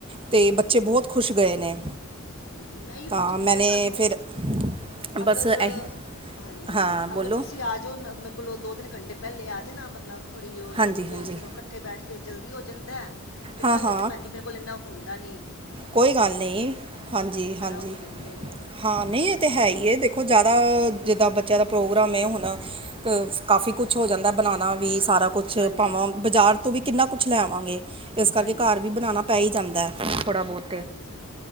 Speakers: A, on the right; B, on the left.
A: ਤੇ ਬੱਚੇ ਬੋਤ ਖੁਸ਼ ਗਏ ਨੇ।
B: ਹੂੰ ਮੈਂ ਐਈ
A: ਤਾਂ
B: ਪੁੱਛਦੀ
A: ਮੈਨੇ
B: ਪੀ ਆ ਤੁਆਨੂੰ
A: ਫਿਰ
B: ਅਗਰ,
A: ਬਸ ਇਹੀ
B: ਹਾਂਜੀ
A: ਹਾਂ ਬੋਲੋ
B: ਅਗਰ ਤੁਸੀਂ ਆ ਜਾਓ ਮੈਂ ਕੋਲੋ ਦੋ ਤਿੰਨ ਘੰਟੇ ਪੈਲੇ ਆ ਜਨਾ ਮਤਲਬ ਥੋੜੀ ਓ
A: ਹਾਂਜੀ
B: ਜਾਂਦੀ
A: ਹਾਂਜੀ
B: ਏ, ਚਲੋੱ ਕਢ ਕੱਠੇ ਬੈਠ ਕੇ ਜਲਦੀ ਹੋ ਜਾਂਦਾ, ਤੇ ਕੱਲੇ
A: ਹਾਂ ਹਾਂ
B: ਤੇ ਭੈਣ ਜੀ ਮੇਰੇ ਕੋ ਏਨਾ ਹੁੰਦਾ ਨੀ।
A: ਕੋਈ ਗੱਲ ਨਈ, ਹਾਂਜੀ ਹਾਂਜੀ।
B: ਹੋ ਜਾਂਦੇ ਨੇ
A: ਹਾਂ ਨਈ ਏ ਤੇ ਹੈ ਈ ਏ, ਦੇਖੋ ਜ਼ਾਦਾ ਜਿੱਦਾਂ ਬੱਚਿਆਂ ਦਾ ਪ੍ਰੋਗਰਾਮ ਏ ਹੁਣ ਕਫ ਕਾਫੀ ਕੁਛ ਹੋ ਜਾਂਦਾ ਬਣਾਣਾ ਵੀ ਸਾਰਾ ਕੁਛ। ਕੁਛ
B: ਹਾਂਜੀ
A: ਪਾਵਾਂ
B: ਹਾਂਜੀ
A: ਬਾਜ਼ਾਰ ਤੋਂ ਵੀ ਕਿੰਨਾ ਕੁਛ ਲੈਵਾਂਗੇ, ਏਸ ਕਰਕੇ
B: ਹਾਂਜੀ
A: ਘਰ ਵੀ ਬਣਾਣਾ ਪੈ ਈ ਜਾਂਦਾ ਥੋੜ੍ਹਾ ਬੋਤ
B: ਹਾਂਜੀ